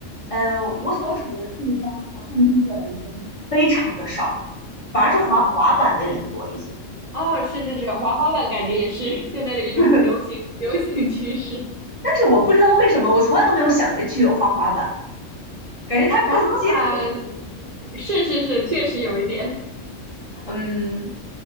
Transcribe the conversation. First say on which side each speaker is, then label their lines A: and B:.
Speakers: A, on the left; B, on the right.
A: 呃，我所处的地方滑旱冰的人非常的少，反而是滑滑板的人多一些。
B: 哦哦，是是是，滑滑板感觉也是 <laughs> 现在的一种流行流行趋势。
A: <laughs> 但是我不知道为什么，我从来都没有想着去滑滑板，感觉它更街头一点。
B: 滑滑板是是是，确实有一点
A: 嗯，